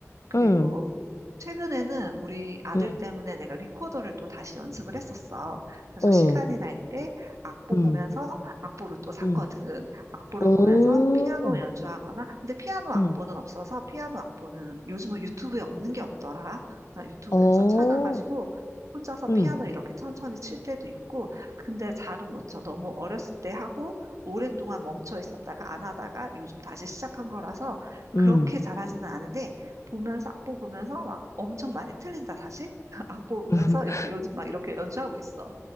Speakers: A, on the right; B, on the left.
A: 그리고
B: 응,
A: 최근에는 우리 아들
B: 응.
A: 때문에 내가 리코더를 또 다시 연습을 했었어. 그래서
B: 어,
A: 시간이 날 때 악보
B: 음,
A: 보면서 악보를 또 샀거든.
B: 음,
A: 악보를
B: 오,
A: 보면서 피아노 연주하거나, 근데 피아노 악보는
B: 음,
A: 없어서 피아노 악보는 요즘은 유튜브에 없는 게 없더라. 나 유튜브에서
B: 어,
A: 찾아가지고 혼자서
B: 음,
A: 피아노 이렇게 천천히 칠 때도 있고, 근데 잘은 못 쳐. 너무 어렸을 때 하고 오랫동안 멈춰 있었다가 안 하다가 요즘 다시 시작한 거라서
B: 음.
A: 그렇게 잘하지는 않은데 보면서 악보 보면서 막 엄청 많이 틀린다 다시 <laughs> 악보 보면서
B: <laughs>
A: 이렇게 요즘 막 이렇게 연주하고 있어.